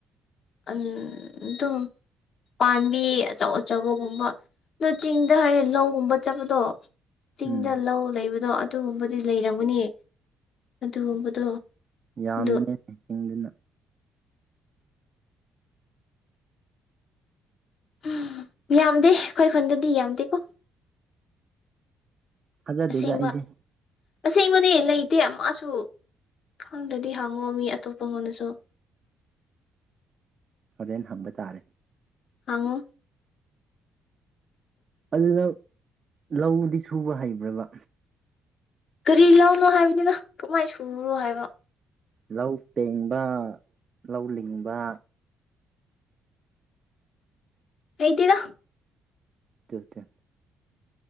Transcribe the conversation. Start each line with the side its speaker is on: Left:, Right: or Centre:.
Left: ꯑꯟ ꯗꯨꯝ ꯄꯥꯟꯕꯤ ꯑꯆꯧ ꯑꯆꯧꯕꯒꯨꯝꯕ ꯑꯗꯣ ꯆꯤꯡꯗ ꯍꯥꯏꯔꯦ ꯂꯧꯒꯨꯝꯕ ꯆꯠꯄꯗꯣ ꯆꯤꯡꯗ
Right: ꯎꯝ
Left: ꯂꯧ ꯂꯩꯕꯗꯣ ꯑꯗꯨꯒꯨꯝꯕꯗꯤ ꯂꯩꯔꯝꯃꯅꯤ ꯑꯗꯨꯒꯨꯝꯕꯗꯣ
Right: ꯌꯥꯝꯕꯅꯦ
Left: ꯑꯗꯨ
Right: ꯆꯤꯡꯗꯅ
Left: ꯎꯝ ꯌꯥꯝꯗꯦ ꯑꯩꯈꯣꯏ ꯈꯨꯟꯗꯗꯤ ꯌꯥꯝꯗꯦꯀꯣ
Right: ꯊꯥꯖꯗꯦꯗ
Left: ꯑꯁꯦꯡꯕ
Right: ꯑꯩꯗꯤ
Left: ꯑꯁꯦꯡꯕꯅꯦ ꯂꯩꯇꯦ ꯑꯃꯥꯁꯨ ꯈꯪꯗ꯭ꯔꯗꯤ ꯍꯪꯉꯣ ꯃꯤ ꯑꯇꯣꯞꯄꯉꯣꯟꯗꯁꯨ
Right: ꯍꯣꯔꯦꯟ ꯍꯪꯕ ꯇꯥꯔꯦ
Left: ꯍꯪꯉꯣ
Right: ꯑꯗꯨ ꯅꯪ ꯂꯧꯗꯤ ꯁꯨꯕ ꯍꯩꯕ꯭ꯔꯥꯕ
Left: ꯀꯔꯤ ꯂꯧꯅꯣ ꯍꯥꯏꯕꯅꯤꯗ ꯀꯃꯥꯏꯟ ꯁꯨꯔꯣ ꯍꯥꯏꯕ
Right: ꯂꯧ ꯄꯦꯡꯕ ꯂꯧ ꯂꯤꯡꯕ
Left: ꯂꯩꯇꯦꯗ
Right: ꯇꯨꯇꯣ